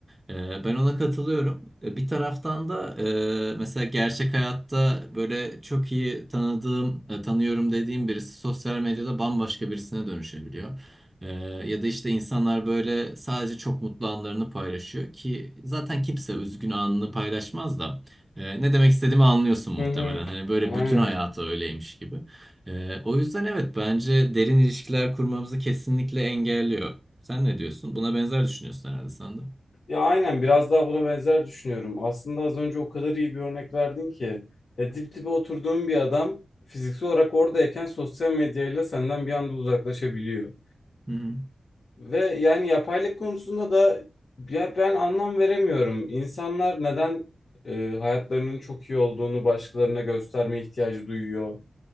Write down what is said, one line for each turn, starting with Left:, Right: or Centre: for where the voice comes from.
Right: Ee, ben ona katılıyorum. Ee, Bir taraftan da e, mesela gerçek hayatta böyle çok iyi tanıdığım, e, tanıyorum dediğim birisi sosyal medyada bambaşka birisine dönüşebiliyor. Ee, ya da işte insanlar böyle sadece çok mutlu anlarını paylaşıyor ki zaten kimse üzgün anını paylaşmaz da. E, ne demek istediğimi anlıyorsun muhtemelen.
Left: Hı hı.
Right: Hani böyle
Left: Aynen.
Right: bütün hayatı öyleymiş gibi. E, o yüzden evet bence derin ilişkiler kurmamızı kesinlikle engelliyor. Sen ne diyorsun? Buna benzer düşünüyorsun herhalde sen de.
Left: Ya aynen biraz daha buna benzer düşünüyorum. Aslında az önce o kadar iyi bir örnek verdin ki. Ya dip dibe oturduğun bir adam fiziksel olarak oradayken sosyal medyayla senden bir anda uzaklaşabiliyor.
Right: Hı hı.
Left: Ve yani yapaylık konusunda da ya ben anlam veremiyorum. İnsanlar neden e, hayatlarının çok iyi olduğunu başkalarına gösterme ihtiyacı duyuyor?